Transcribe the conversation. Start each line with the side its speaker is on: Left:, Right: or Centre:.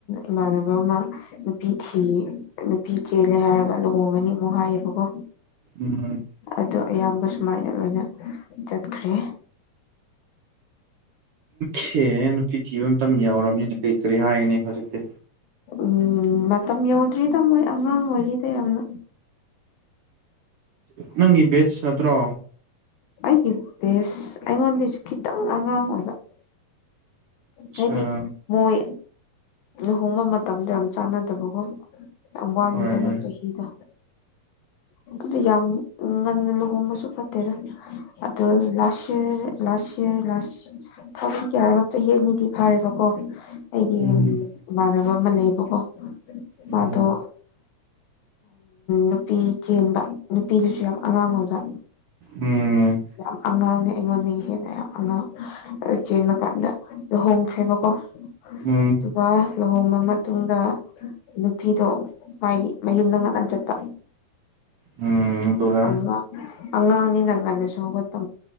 Left: ꯏꯃꯥꯟꯅꯕ ꯑꯃ ꯅꯨꯄꯤ ꯊꯤ ꯅꯨꯄꯤ ꯆꯦꯜꯂꯦ ꯍꯥꯏꯌꯦꯕꯥ ꯂꯨꯍꯣꯡ ꯅꯤ ꯃꯣ ꯍꯥꯏꯕꯒꯣ
Right: ꯎꯝ
Left: ꯑꯗꯨ ꯑꯌꯥꯝꯕ ꯁꯨꯃꯥꯏꯅ ꯂꯣꯏꯅ ꯆꯠꯈ꯭ꯔꯦ
Right: ꯁ ꯅꯨꯄꯤ ꯊꯤꯕ ꯃꯇꯝ ꯌꯥꯎꯔꯕꯅꯤꯅ ꯀꯔꯤ ꯀꯔꯤ ꯍꯥꯏꯒꯅꯤ ꯍꯧꯖꯤꯛꯇꯤ
Left: ꯎꯝ ꯃꯇꯝ ꯌꯧꯗ꯭ꯔꯤꯗ ꯃꯣꯏ ꯑꯉꯥꯡ ꯑꯣꯏꯔꯤꯗ ꯌꯥꯝꯅ
Right: ꯅꯪꯒꯤ ꯕꯦꯠꯁ ꯅꯠꯇ꯭ꯔꯣ
Left: ꯑꯩꯒꯤ ꯕꯦꯁ ꯑꯩꯉꯣꯟꯗꯒꯤꯁꯨ ꯈꯤꯇꯪ ꯑꯉꯥꯡ ꯑꯣꯏꯕ
Right: ꯑꯠꯆꯥ
Left: ꯍꯥꯏꯗꯤ ꯃꯣꯏ ꯂꯨꯍꯣꯡꯕ ꯃꯇꯝꯗꯣ ꯌꯥꯝ ꯆꯥꯟꯅꯗꯕꯀꯣ ꯌꯥꯝ ꯋꯥꯅꯤꯗꯥ
Right: ꯍꯣꯏ
Left: ꯅꯪꯒꯤ
Right: ꯍꯣꯏ
Left: ꯄꯨꯟꯁꯤꯗꯨ ꯑꯗꯨꯗꯤ ꯌꯥꯝ ꯉꯟꯅ ꯂꯨꯍꯣꯡꯕꯁꯨ ꯐꯠꯇꯦꯗ ꯑꯗꯨ ꯂꯥꯁ ꯂꯥꯁ ꯌꯔꯥ ꯀꯌꯥ ꯅꯤꯗꯤ ꯐꯥꯔꯦꯕ ꯀꯣ ꯑꯩꯒꯤ
Right: ꯎꯝ
Left: ꯏꯃꯥꯟꯅꯕ ꯑꯃ ꯂꯩꯌꯦꯕꯀꯣ
Right: ꯎꯝ
Left: ꯃꯥꯗꯣ ꯅꯨꯄꯤ ꯆꯦꯟꯕ ꯅꯨꯄꯤꯗꯨꯁꯨ ꯌꯥꯝ ꯑꯉꯥꯡ ꯑꯣꯏꯕ
Right: ꯎꯝ
Left: ꯌꯥꯝ ꯑꯉꯥꯡꯅꯦ ꯑꯩꯉꯣꯟꯗꯒꯤ ꯍꯦꯟꯅꯌꯥꯝ ꯑꯉꯥꯡ ꯑ ꯆꯦꯟꯕ ꯀꯥꯟꯗ ꯂꯨꯍꯣꯡꯈ꯭ꯔꯦꯕꯀꯣ
Right: ꯎꯝ
Left: ꯑꯗꯨꯒ ꯂꯨꯍꯣꯡꯕ ꯃꯇꯨꯡꯗ ꯅꯨꯄꯤꯗꯣ ꯃꯥꯒꯤ ꯃꯌꯨꯝꯗ ꯉꯥꯛꯇꯥ ꯆꯠꯄ
Right: ꯎꯝ ꯑꯗꯨꯒ
Left: ꯑꯃ ꯑꯉꯥꯡꯅꯤꯅ ꯉꯟꯅꯁꯨ ꯍꯧꯒꯠꯄ